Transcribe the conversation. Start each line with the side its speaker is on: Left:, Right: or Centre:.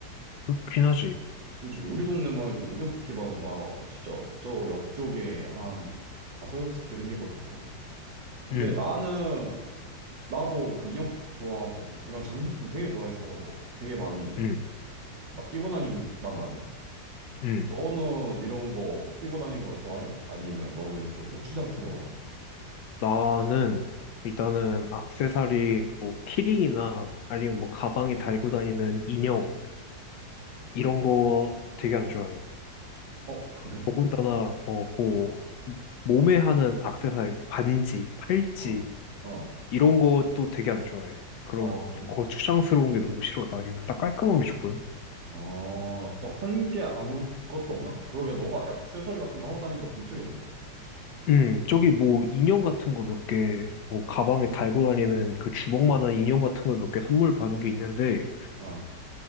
Left: 그렇긴 하지.
Right: 그지? 우리 동네만 해도 인형 뽑기방 나 진짜 저 역 쪽에 한 다섯, 여섯 개 생긴 거 봤거든? 근데
Left: 음,
Right: 나는 나도 그 인형 포켓 좋아하고 이런 장식품 되게 좋아해서 되게 많이
Left: 음,
Right: 막 끼고 다닌단 말이야.
Left: 음.
Right: 너는 이런 거 끼고 다니는 거 좋아해? 아니면 너는 좀 고추장스러워해?
Left: 나는 일단은 악세사리, 뭐, 키링이나 아니면 뭐, 가방에 달고 다니는 인형, 이런 거 되게 안 좋아해.
Right: 어, 그래?
Left: 더군다나, 어, 뭐, 몸에 하는 악세사리, 반지, 팔찌,
Right: 어, 어,
Left: 이런 것도 되게 안 좋아해. 그런,
Right: 어, 그래?
Left: 거 추상스러운 게 너무 싫어. 나 그냥 딱 깔끔한 게 좋거든.
Right: 어, 어, 산 게 아무것도 없나? 그러게 너가 액세서리 같은 거 하고 다니는 걸 본 적이 없네.
Left: 음, 저기 뭐 인형 같은 거 몇 개, 뭐 가방에 달고 다니는 그 주먹만한 인형 같은 거 몇 개 선물 받은 게 있는데,
Right: 아,